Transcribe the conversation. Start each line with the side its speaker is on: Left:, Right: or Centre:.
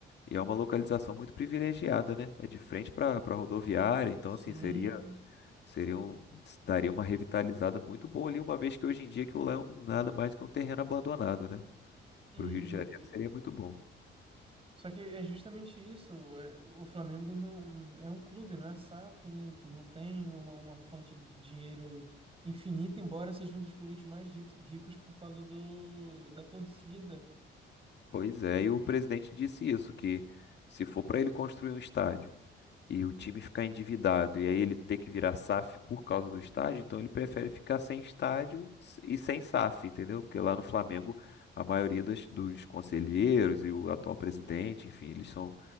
Left: e é uma localização muito privilegiada, né? É de frente para para rodoviária, então
Right: Sim.
Left: assim seria seria um, daria uma revitalizada muito boa ali, uma vez que hoje em dia aquilo lá é um- nada mais do que um terreno abandonado, né?
Right: E
Left: Para o Rio de Janeiro seria muito bom.
Right: Só que é justamente isso. é, O Flamengo não é um clube, não é SAF, né? Não tem uma, uma fonte de dinheiro infinita, embora seja um dos clubes mais rito- ricos por causa do, da torcida.
Left: Pois é, e o presidente disse isso, que se for para ele construir um estádio e o time ficar endividado e aí ele ter que virar SAF por causa do estádio, então ele prefere ficar sem estádio e sem SAF, entendeu? Porque lá no Flamengo a maioria das, dos conselheiros e o atual presidente, enfim, eles são,